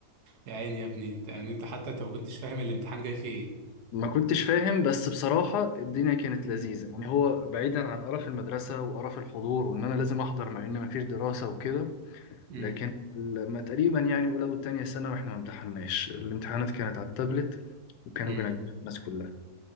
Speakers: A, on the right (about 75°); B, on the left (about 80°).
A: يا عيني يا ابني انت يعني انت حتى انت ما كنتش فاهم الامتحان جاي فيه
B: ما كنتش فاهم بس بصراحة الدنيا كانت لذيذة
A: ايه
B: يعني هو بعيدا عن قرف المدرسة وقرف الحضور وإن أنا لازم أحضر مع إن مفيش دراسة وكده
A: مم.
B: لكن لما تقريبا يعني أولى وتانية سنة وإحنا ما امتحناش الامتحانات كانت على التابلت وكانوا
A: مم.
B: بينجحوا الناس كلها